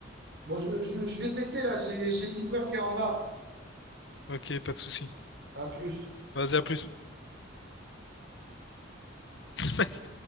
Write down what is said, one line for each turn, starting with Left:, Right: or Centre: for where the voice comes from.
Right: Bon, je, je- je vais te laisser là, j'ai j'ai le livreur qui est en bas.
Left: Ok, pas de souci.
Right: À plus.
Left: Vas-y, à plus. <laughs>